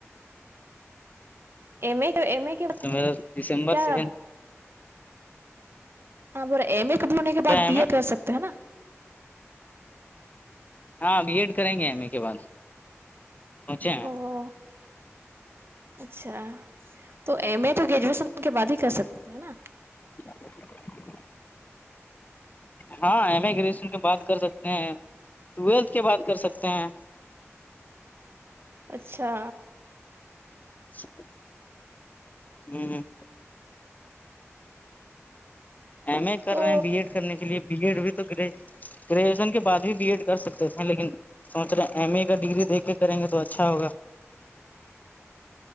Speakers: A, on the right; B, on the left.
A: ایم ا ایم ا
B: تو میرا دسمبر
A: کیا
B: سیزن
A: وہاں پر ایم ا کب ہونے کے
B: کیا
A: بعد
B: ہے
A: بی
B: ہمیں
A: ایڈ کر سکتے ہیں نا
B: ہاں بی ایڈ کریں گے ایم اے کے بعد پہنچے ہیں
A: او اچھا تو ایم ا تو گریجویشن کے بعد ہی کر سکتے ہیں نا
B: <inaudible> <inaudible> ہاں ایم اے گریجویشن کے بات کر سکتے ہیں ٹویلتھ کی بات کر سکتے ہیں
A: اچھا
B: اچ <inaudible> ہی <unintelligible> ایم ا کر
A: تو
B: رہے ہیں بی ایڈ کرنے کے لیے بی ایڈ بھی تو گ گریجویشن کے بعد بھی بی ایڈ کر سکتے تھے لیکن سوچ رہے ہیں ایم اے کا ڈگری دیک کے کریں گے تو اچھا ہوا